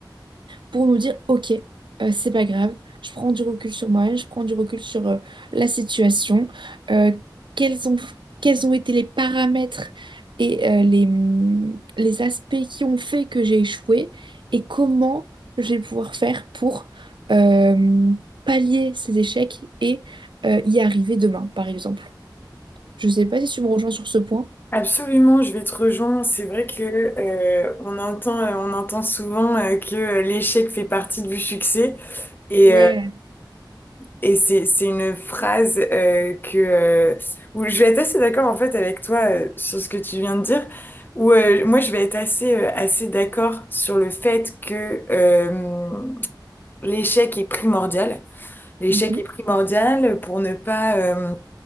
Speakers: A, on the right; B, on the left.
A: pour nous dire, OK, euh, c'est pas grave, je prends du recul sur moi je prends du recul sur euh, la situation, euh, quels ont, quels ont été les paramètres et euh, les, hum, les aspects qui ont fait que j'ai échoué et comment je vais pouvoir faire pour euh, pallier ces échecs et euh, y arriver demain, par exemple. Je sais pas si tu me rejoins sur ce point.
B: Absolument, je vais te rejoindre. C'est vrai que euh, on entend, euh, on entend souvent euh, que euh, l'échec fait partie du succès. Et,
A: Ouais.
B: euh, et c'est, c'est une phrase euh, que, euh, où je vais être assez d'accord en fait avec toi euh, sur ce que tu viens de dire, où euh, moi je vais être assez, euh, assez d'accord sur le fait que euh, l'échec est primordial. L'échec
A: Mhm.
B: est primordial pour ne pas... euh,